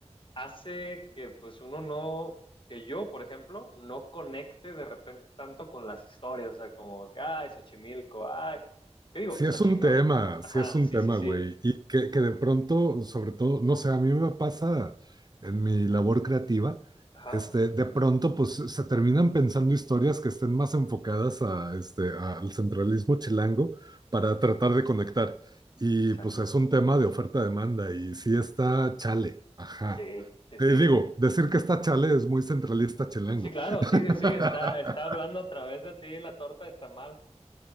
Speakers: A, on the left; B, on the right.
A: hace que pues uno no, que yo, por ejemplo, no conecte de repente tanto con las historias, o sea, como, ay, Xochimilco, ay, ¿qué digo?
B: sí
A: Está
B: es
A: chingón.
B: un tema,
A: Ajá,
B: sí es un
A: sí,
B: tema,
A: sí, sí,
B: güey. Y que, que de pronto, sobre todo, no sé, a mí me pasa en mi labor creativa,
A: ajá,
B: este, de pronto, pues se terminan pensando historias que estén más enfocadas a, este, al centralismo chilango para tratar de conectar. Y
A: exacto.
B: pues es un tema de oferta-demanda y sí está chale, ajá.
A: Sí, sí,
B: te
A: sí.
B: digo, decir que está chale es muy centralista chilango.
A: Sí, claro,
B: <laughs>
A: sí, sí, sí, está, está hablando a través de ti la torta de tamal.